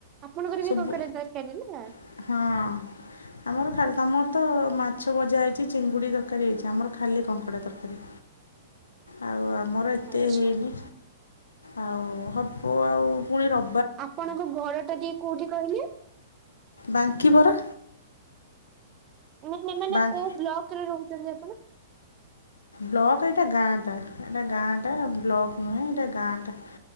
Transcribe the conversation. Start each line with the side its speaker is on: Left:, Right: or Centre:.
Right: ଆପଣଙ୍କର
Left: ସବୁ
Right: ବି କଙ୍କଡ଼ା ତରକାରୀ, ନା?
Left: ହଁ। ଆମର ଖାଲି ତମର ତ ମାଛ ଭଜା ହେଇଚି ଚିଙ୍ଗୁଡ଼ି ତରକାରୀ ହେଇଚି ଆମର ଖାଲି କଙ୍କଡ଼ା ତରକାରୀ। ଆଉ ଆମର ଏତେ
Right: ଆଚ୍ଛା
Left: ହେଇନି ଆଉ ହବ ଆଉ ପୁଣି ର
Right: ଆପଣଙ୍କ ଘରଟା ଟିକେ କୋଉଠି କହିଲେ।
Left: ବାଙ୍କି ପରା‌।
Right: ନାଇଁ ନାଇଁ ମାନେ
Left: ବାଙ୍କ
Right: କୋଉ ବ୍ଲକ୍ ରେ ରହୁଚନ୍ତି ଆପଣ?
Left: ବ୍ଲକ ଏଇଟା ଗାଁଟା ଏଟା ଗାଁଟା ବ୍ଲକ୍ ନୁହେଁ ଏଟା ଗାଁଟା।